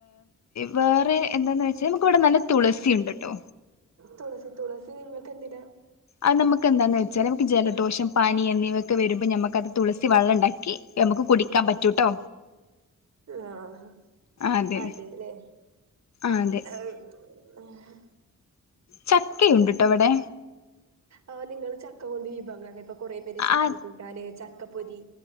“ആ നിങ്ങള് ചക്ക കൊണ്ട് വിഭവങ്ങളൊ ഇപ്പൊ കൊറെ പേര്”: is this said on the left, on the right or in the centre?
Right